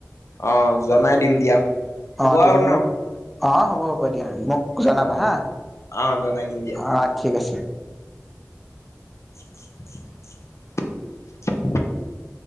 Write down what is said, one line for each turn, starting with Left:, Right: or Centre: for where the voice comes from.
Left: অ', জনাই দিম দিয়া হ'ব
Centre: অ তুমি
Left: আৰু ন।
Centre: মোক অ', হ'ব হ'ব দিয়া মোক জনাবা
Left: উম',
Centre: হা
Left: উম', অ', জনাই দিম দিয়া
Centre: অ', ঠিক আছে।
Left: <inaudible> <unintelligible>